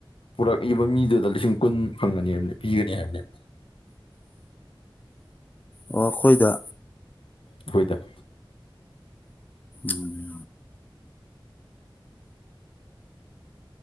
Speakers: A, on the left; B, on the left.
A: ꯄꯨꯔꯛꯏꯕ ꯃꯤꯗꯨꯗ ꯂꯤꯁꯤꯡ ꯀꯨꯟ ꯐꯪꯒꯅꯦ ꯍꯥꯏꯕꯅꯦ ꯄꯤꯒꯅꯤ ꯍꯥꯏꯕꯅꯦꯕ
B: ꯎ ꯑꯣ ꯑꯩꯈꯣꯏꯗ
A: ꯍꯈꯣꯏꯗ
B: ꯎꯝ